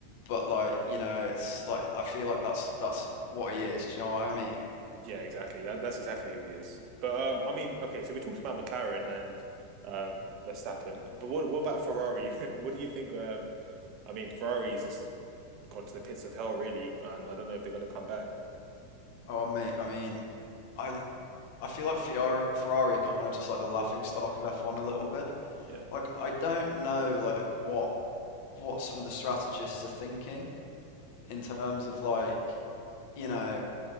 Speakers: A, on the left; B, on the right.
A: But like you know, it's like I feel like that's that's what he is. Do you know what I mean?
B: Yeah, exactly. That, that's exactly who he is. But um, I mean, okay. So we talked about McLaren and um, Verstappen, but what what about Ferrari? <laughs> what do you think? Um, I mean, Ferrari's just gone to the pits of hell, really, and I don't know if they're going to come back.
A: Oh mate, I mean, I I feel like Ferrari Ferrari are kind of just like the laughing stock of F1 a little bit.
B: Yeah.
A: Like I don't know like what what some of the strategists are thinking in terms of like, you know,